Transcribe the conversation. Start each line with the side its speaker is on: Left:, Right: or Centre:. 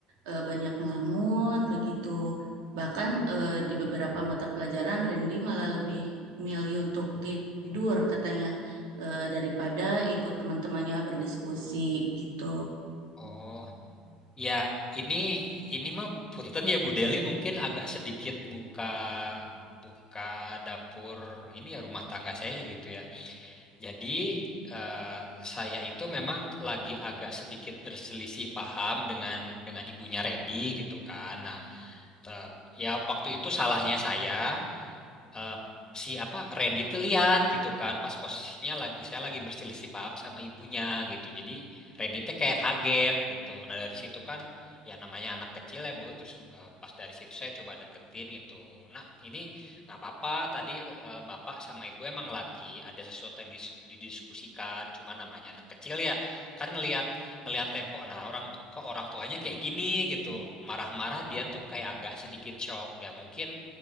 Right: eh, banyak ngelamun begitu. Bahkan eh, di beberapa mata pelajaran Randy malah lebih milih untuk tidur katanya eh, daripada ikut teman-temannya berdiskusi gitu.
Left: Oh, ya ini ini mah punten ya Bu Deli mungkin agak sedikit buka buka dapur ini ya rumah tangga saya gitu ya. Jadi eh, saya itu memang lagi agak sedikit berselisih paham dengan dengan ibunya Randy gitu kan. Nah, Tetap. Ya waktu itu salahnya saya, eh, si apa Randy tuh lihat gitu kan pas posisinya lagi saya lagi berselisih paham sama ibunya gitu jadi Randy tuh kayak kaget gitu nah dari situ kan ya namanya anak kecil ya bu terus eh, pas dari situ saya coba deketin gitu nah ini nggak apa-apa tadi eh, bapak sama ibu emang lagi ada sesuatu yang dis- didiskusikan cuma namanya anak kecil ya kan ngelihat ngelihat tempo nah orang ke orang tuanya kayak gini gitu marah-marah dia tuh kayak agak sedikit shock dia mungkin